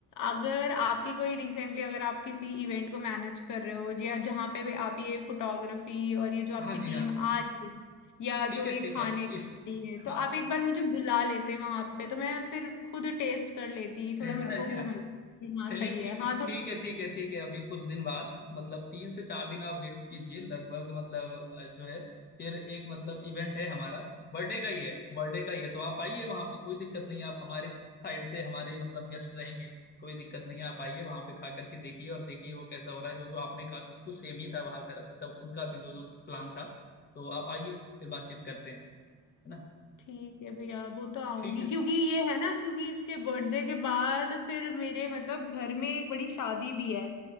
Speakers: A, on the left; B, on the left.
A: अगर आपकी कोई रिसेंटली अगर आप किसी इवेंट को मैनेज कर रहे हो या जहाँ पे भी आप ये फोटोग्राफी और ये जो
B: हाँ
A: आपकी
B: जी
A: टीम
B: हाँ
A: आ रही है या
B: ठीक
A: जो
B: है
A: ये
B: ठीक
A: खाने
B: है
A: खा
B: इस
A: रही है तो
B: हाँ
A: आप एक बार मुझे बुला लेते वहां पे तो मैं फिर खुद टेस्ट कर लेती
B: ऐसा
A: थोड़ा मेरे
B: है
A: को
B: क्या
A: वो मिलता कि हाँ
B: चलिए
A: सही
B: ठीक
A: है हाँ थोड़ा
B: ठीक है ठीक है ठीक है अभी कुछ दिन बाद मतलब तीन से चार दिन आप वेट कीजिए लगभग मतलब अ, जो है फिर एक मतलब इवेंट है हमारा बर्थडे का ही है बर्थडे का ही है तो आप आइए वहाँ पे कोई दिक्कत नहीं है आप हमारे साइड से हमारे मतलब गेस्ट रहेंगे कोई दिक्कत नहीं है आप आइए वहाँ पे खा करके देखिए और देखिए वो कैसा हो रहा है जो जो आपने कहा कुछ कुछ सेम ही था वहाँ कर मतलब उनका भी जो जो प्लान था तो आप आइए फिर बातचीत करते हैं है ना
A: ठीक है भैया वो तो आऊंगी
B: ठीक है
A: क्योंकि ये है ना क्योंकि इसके बर्थडे के बाद फिर मेरे मतलब घर में एक बड़ी शादी भी है